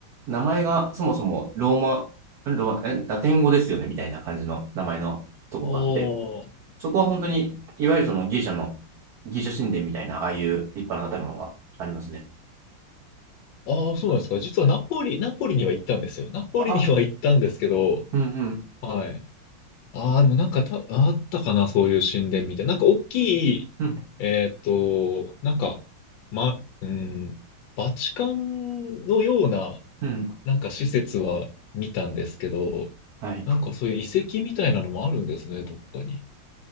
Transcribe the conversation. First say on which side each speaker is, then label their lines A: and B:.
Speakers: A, on the right; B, on the left.
A: 名前がそもそもローマ、ローマ、え、ラテン語ですよね、みたいな感じの名前のとこがあって、
B: ああ。
A: そこは本当に、いわゆるそのギリシャの、ギリシャ神殿みたいな、ああいう立派な建物がありますね。
B: ああ、
A: そうです
B: そうなんですか。実はナポリ、ナポリには行ったんですよ。ナポリには行ったんですけど、
A: あ、うんうん
B: はい。ああ、でもなんかた、あったかな、そういう神殿みたいな。
A: うん
B: なんか大きい、
A: うん
B: えーっと、なんか、ま、うん、バチカンのような、
A: うん
B: なんか施設は見たんですけど、
A: はい。
B: なんかそういう遺跡みたいなのもあるんですね、どっかに。